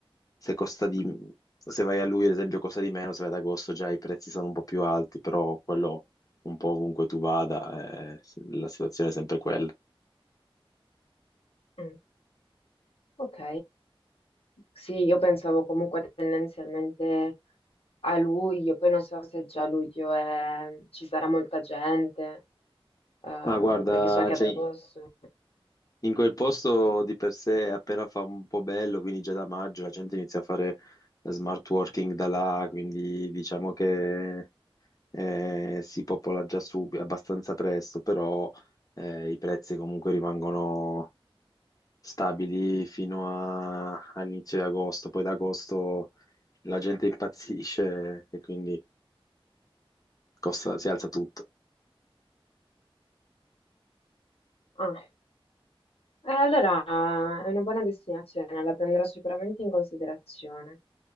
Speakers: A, on the left; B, on the left.
A: se costa di... se vai a luglio, ad esempio, costa di meno, se vai ad agosto già i prezzi sono un po' più alti, però quello un po' ovunque tu vada, eh, la situazione è sempre quella.
B: Mm, ok, sì, io pensavo comunque tendenzialmente a luglio, poi non so se già a luglio è- ci sarà molta gente, eh,
A: Ma guarda,
B: perché so che
A: cioè,
B: ad agosto...
A: in quel posto di per sé appena fa un po' bello, quindi già da maggio la gente inizia a fare smart working da là, quindi diciamo che eh, si popola già subito, abbastanza presto, però eh, i prezzi comunque rimangono stabili fino a- all'inizio di agosto, poi da agosto la gente impazzisce e quindi costa- si alza tutto.
B: Ah. Eh, Allora, è una buona destinazione, la prenderò sicuramente in considerazione,